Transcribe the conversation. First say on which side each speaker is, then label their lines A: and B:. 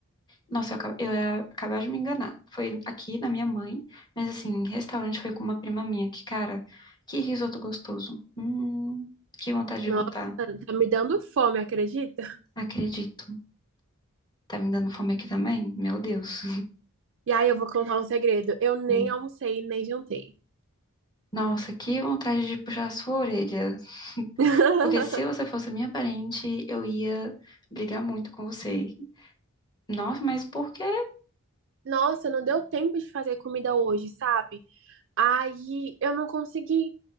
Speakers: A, on the left; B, on the right.
A: nossa, eu, acab- eu ia acabar de me enganar. Foi aqui na minha mãe, mas assim, restaurante foi com uma prima minha, que cara, que risoto gostoso. Hum, que vontade de
B: nossa,
A: voltar.
B: tá me dando fome, acredita?
A: Acredito. Tá me dando fome aqui também? Meu Deus.
B: E aí eu vou contar um segredo. Eu nem
A: Hum.
B: almocei, nem jantei.
A: Nossa, que vontade de puxar a sua orelha. <laughs>
B: <laughs>
A: Porque se você fosse minha parente, eu ia brigar muito com você. Nossa, mas por quê?
B: Nossa, não deu tempo de fazer comida hoje, sabe? Aí eu não consegui